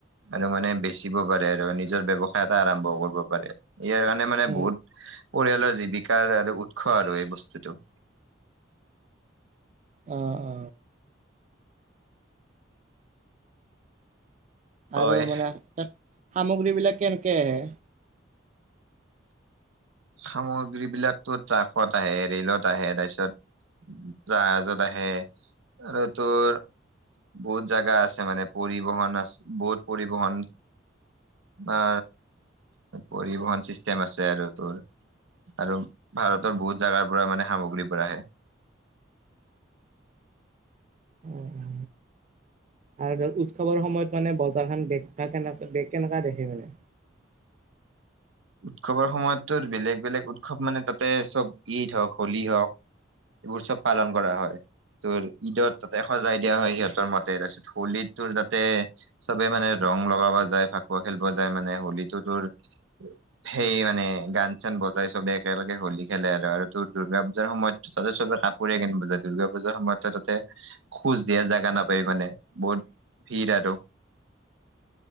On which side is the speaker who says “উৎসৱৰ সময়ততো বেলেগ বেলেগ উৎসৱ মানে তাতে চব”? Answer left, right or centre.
Right